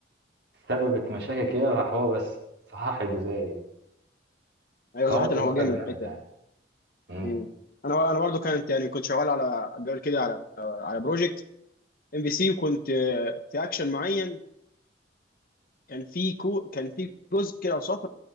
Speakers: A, on the right; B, on the left.
A: سببت مشاكل كده راح هو بس صحح الجزئية دي
B: ايوه
A: فهو
B: صراحه
A: ديباجر
B: هو جامد
A: جامد
B: في الحته
A: يعني
B: دي
A: امم
B: مم. انا انا برضه كانت يعني كنت شغال على قبل كده على على بروجكت ام بي سي وكنت آه، في اكشن معين كان في كو كان في جزء كده او سطر